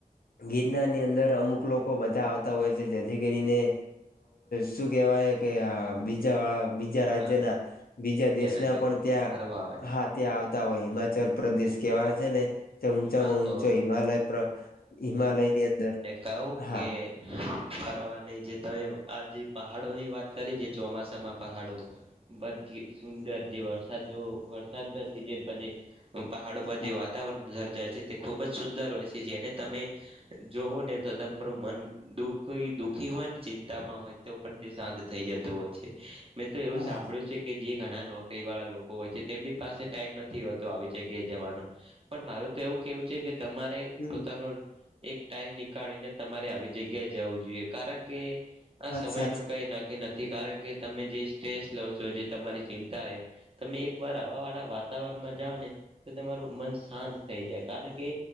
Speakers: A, on the left; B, on the right.
A: ગિરનાર ની અંદર અમુક લોકો બધા આવતા હોય છે, જેથી કરીને શું કેવાય કે બીજા વાળા બીજા રાજ્યના
B: હા
A: બીજા દેશના
B: રાજ્યોના
A: પણ ત્યાં
B: ફરવા આવે
A: હા ત્યાં આવતા હોય હિમાચલ પ્રદેશ કેવા છે ને ઊંચામાં
B: હા તો
A: ઊંચો હિમાલય હિમાલય ની અંદર.
B: કાઉ
A: હા
B: કે. ફરવા નહ જે તમે આ જેે પહાડોની વાત કરી જે ચોમાસામાં પહાડો. બ સુંદર જે વરસાદ વરસાદ ના સિઝન પ જે પહાડ ઉપર
A: હા
B: જે વાતાવરણ સર્જાય છે. તે ખૂબ જ સુંદર હોય છે જેને તમે જોવોને તો તમારું મન દુખ દુખી હોય ને ચિંતામાં હોય તેઓ પણ તે શાંત થઈ જતું હોય છે મેં તો એવું
A: હા
B: સાંભળ્યું છે. કે જે ઘણા નોકરીવાળા લોકો હોય છે તેમની પાસે ટાઈમ નથી હોતો આવી જગ્યાએ જવાનો. પણ મારું તો એવું કેહવું છે કે તમારે
A: હમ
B: પોતાનું એક ટાઈમ નીકાળીને તમારે આવી જગ્યાએ જવું જોઈએ કારણ કે આ
A: વાત
B: સમયનું
A: સાચી
B: કંઈ ન ક્કી નથી કારણ કે તમે જે સ્ટ્રેસ લવ છો જે તમારી ચિંતા એ તમે એકવાર આવાવાળા વાતાવરણમાં જાવને તો તમારું મન શાંત થઈ જાય કારણ કે